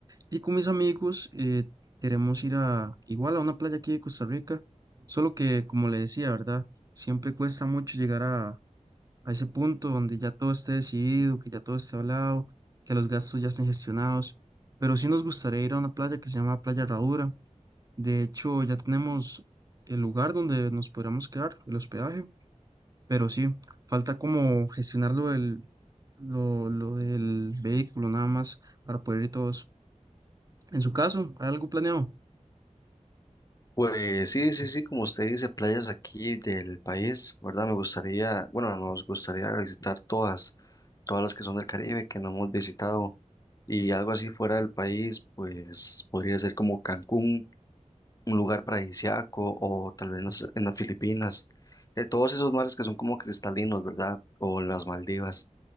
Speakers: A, on the right; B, on the left.
A: Y con mis amigos eh, queremos ir a igual a una playa aquí de Costa Rica, solo que como le decía, ¿verdad? Siempre cuesta mucho llegar a a ese punto donde ya todo esté decidido, que ya todo esté hablado, que los gastos ya estén gestionados. Pero sí nos gustaría ir a una playa que se llama Playa Herradura. De hecho, ya tenemos el lugar donde nos podríamos quedar, el hospedaje, pero sí, falta como gestionar lo del, lo, lo del vehículo nada más para poder ir todos. En su caso, ¿hay algo planeado?
B: Pues sí, sí, sí, como usted dice, playas aquí del país, ¿verdad? Me gustaría, bueno, nos gustaría visitar todas, todas las que son del Caribe, que no hemos visitado. Y algo así fuera del país, pues podría ser como Cancún un lugar paradisíaco o tal vez en las, en las Filipinas, eh, todos esos mares que son como cristalinos, ¿verdad? O las Maldivas,